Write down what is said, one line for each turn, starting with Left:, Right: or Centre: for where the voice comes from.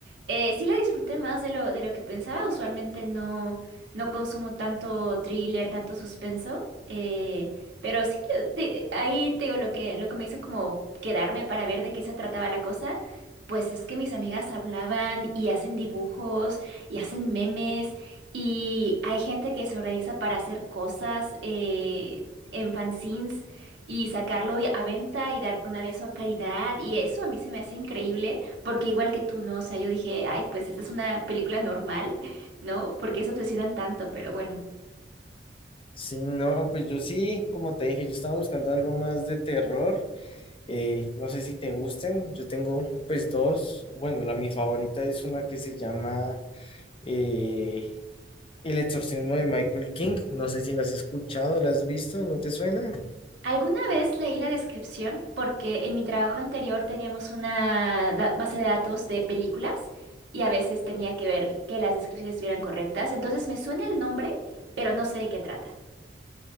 Right: Eh, sí la disfruté más de lo, de lo que pensaba. Usualmente no, no consumo tanto thriller, tanto suspenso. eh, pero sí, eh, te- ahí te digo lo que, lo que me hizo como quedarme para ver de qué se trataba la cosa. Pues es que mis amigas hablaban y hacen dibujos y hacen memes. Y hay gente que se organiza para hacer cosas. eh, en fanzines y sacarlo y- a venta y dar, donar eso a caridad. Y eso a mí se me hace increíble, porque igual que tú, ¿no? O sea, yo dije, ay, pues esta es una película normal, <laughs> ¿no? ¿Por qué se obsesionan tanto? Pero bueno.
Left: Sí, no, pues yo sí, como te dije, yo estaba buscando algo más de terror. eh, no sé si te gusten, yo tengo pues dos. Bueno, la mi favorita es una que se llama eh, El exorcismo de Michael King, no sé si la has escuchado, la has visto, ¿no te suena?
Right: Alguna vez leí la descripción porque en mi trabajo anterior teníamos una da- base de datos de películas y a veces tenía que ver que las descripciones estuvieran correctas. Entonces me suena el nombre, pero no sé de qué trata.